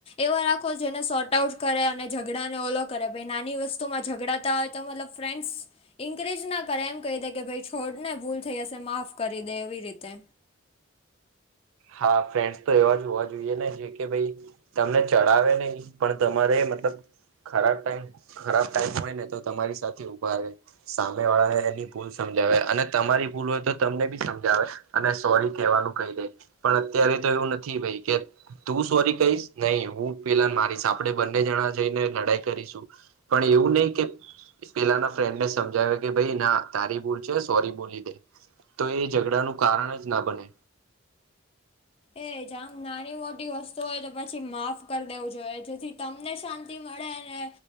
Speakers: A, on the left; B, on the right.
A: એવા રાખો જેને શોર્ટ આઉટ કરે અને ઝઘડા ને ઓલો કરે <unintelligible> નાની વસ્તુમાં ઝઘડાતા હોય તો મતલબ ફ્રેન્ડ્સ ઇન્કરેજ ના કરે એમ કહી દે કે ભાઈ છોડ ને ભૂલ થઈ હશે માફ કરી દે એવી રીતે
B: હા ફ્રેન્ડસ તો એવા જ હોવા જોઈએ ને જે કે ભાઈ તમને ચડાવે નહી પણ તમારે મતલબ ખરાબ ટાઈમ ખરાબ ટાઈમ હોય ને તો તમારી સાથે ઉભા રહે સામે વાળાએ એની ભૂલ સમજાવે અને તમારી ભૂલ હોય તો તમને બી સમજાવે અને સોરી કહેવાનું કહી દે પણ અત્યારે તો એવું નથી ભાઈ કે તું સોરી કહીશ નહી હું પેલાને મારીશ આપણેે બંને જણા જઈને લડાઈ કરીશું પણ એવું નહી કે પેલા ના ફ્રેન્ડ ને સમજાવે કે ભાઈ ના તારી ભૂલ છે સોરી બોલી દે તો એ ઝઘડા નું કારણ જ ના બને
A: એ જામ નાની મોટી વસ્તુ હોય તો પછી માફ કરી દેવું જોઈએ જેથી તમને શાંતિ મળે અને